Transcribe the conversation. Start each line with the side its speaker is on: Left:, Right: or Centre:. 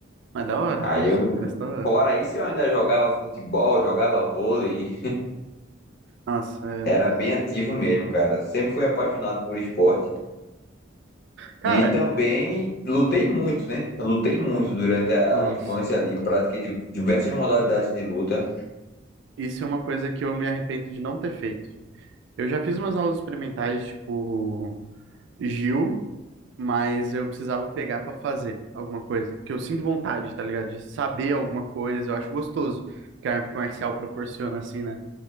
Right: Mas da hora,
Left: Aí
Right: atletismo
Left: eu,
Right: parece da hora.
Left: fora isso, eu ainda jogava futebol, jogava vôlei,
Right: Nossa, é.
Left: era bem ativo mesmo, cara. Sempre fui apaixonado por esporte
Right: Cara,
Left: e também lutei muito, né? Eu Lutei muito durante a
Right: nossa.
Left: a infância ali, pratiquei di- diversas modalidades de luta.
Right: Isso é uma coisa que eu me arrependo de não ter feito. Eu já fiz umas aulas experimentais, tipo, Gil mas eu precisava pegar pra fazer alguma coisa. Porque eu sinto vontade, tá ligado? De saber alguma coisa, eu acho gostoso que a arte marcial proporciona, assim, né?